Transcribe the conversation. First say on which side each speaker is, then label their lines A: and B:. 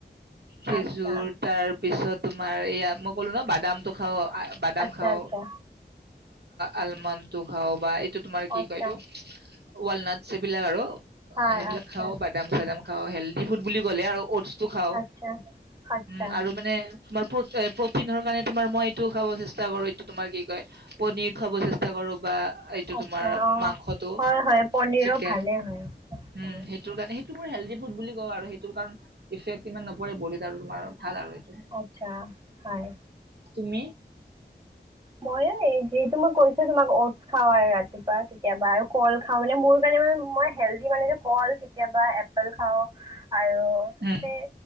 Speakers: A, on the right; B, on the right.
A: খেজুৰ
B: আচ্ছা
A: তাৰ পিছত তোমাৰ ইয়াাত মই ক'লো ন বাদামটো খাও বাদাম
B: আচ্ছা
A: খাওঁ।
B: আচ্ছা
A: আলমন্দ তো খাও বাই টো তোমাৰ কি
B: আচ্ছা
A: কয়তো ৱালনাথ চবিলাক আৰু অ
B: হয়
A: সেইবিলাক
B: আচ্ছা
A: খাও বাদাম চাদাম খাওঁ হেলডি ফুড বুলি ক'লে আৰু টো খাও
B: আচ্ছা আচ্ছা
A: উম আৰু মানে তোমাৰ প্ৰটিনৰ কাৰণে তোমাৰ মই এইটো খাব চেষ্টা কৰো এইটো তোমাৰ কি পনীৰ খাব চেষ্টা কৰো বা এইটো
B: আচ্ছা
A: তোমাৰ
B: অঁ
A: মাংসটো
B: হয় হয় পনীৰো
A: চিকেন
B: ভালেই হয়
A: উম
B: হয়
A: সেইটোৰ কাৰণে সেই ম হেল্ডি ফুড বুলি কওঁ আৰু সেইটো কাৰণ ইফেক্ট ইমান নপৰে বডিত আৰু তোমাৰ ভাল আৰু এইটো
B: আচ্ছা হয়
A: তুমি
B: মই এই যিহেতু মই কৈছো তোমাক অটছ খাও আৰু ৰাতিপুৱা কেতিয়াবা আৰু কল খাও মানে মোৰ কাৰণে ম মই হেলডি মানে কল কেতিয়াবা এপল খাওঁ আৰু
A: উম,
B: সেই